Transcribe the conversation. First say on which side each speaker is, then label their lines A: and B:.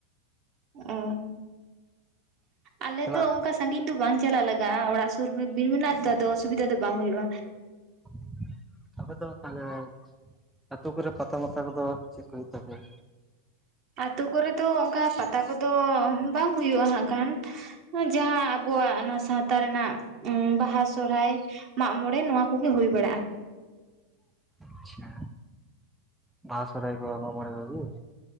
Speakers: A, on the right; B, in the centre.
A: ᱚ ᱟᱞᱮ
B: ᱪᱟᱞᱟᱜ
A: ᱫᱚ ᱚᱝᱠᱟ, ᱥᱟᱺᱜᱤᱧ ᱫᱚ ᱵᱟᱝ ᱪᱟᱞᱟᱜ ᱞᱟᱜᱟᱜᱼᱟ ᱚᱲᱟᱜ ᱥᱩᱨ ᱨᱮ ᱵᱤᱨ ᱢᱮᱱᱟᱜᱼᱟ ᱛᱚ ᱟᱫᱚ ᱚᱥᱩᱵᱤᱫᱟ ᱫᱚ ᱵᱟᱝ ᱦᱩᱭᱩᱜᱼᱟ᱾
B: <unintelligible> ᱟᱯᱮ ᱫᱚ ᱛᱟᱦᱚᱞᱮ ᱟᱹᱛᱩ ᱠᱚᱨᱮ ᱯᱟᱛᱟ ᱢᱟᱛᱟ ᱠᱚᱫᱚ ᱪᱮᱫ ᱠᱚ ᱦᱩᱭᱩᱜ ᱛᱟᱯᱮᱭᱟ?
A: ᱟᱛᱳ ᱠᱚᱨᱮ ᱫᱚ ᱚᱱᱠᱟ ᱯᱟᱛᱟ ᱠᱚᱫᱚ ᱵᱟᱝ ᱦᱩᱭᱩᱜᱼᱟ ᱦᱟᱸᱜ ᱠᱷᱟᱱ ᱾ <unintelligible> ᱡᱟᱦᱟᱸ ᱟᱵᱚᱣᱟᱜ ᱱᱚᱣᱟ ᱥᱟᱶᱛᱟ ᱨᱮᱱᱟᱜ ᱵᱟᱦᱟ ᱥᱚᱨᱦᱟᱭ ᱾ ᱢᱟᱜᱽ ᱢᱚᱬᱮ ᱱᱚᱣᱟ ᱠᱚᱜᱮ ᱦᱩᱭ ᱵᱟᱲᱟᱜᱼᱟ᱾
B: ᱟᱪᱪᱷᱟ, ᱵᱟᱦᱟ ᱥᱚᱨᱦᱟᱭ ᱠᱚ ᱢᱟᱜᱽ ᱢᱚᱬᱮ? <unintelligible>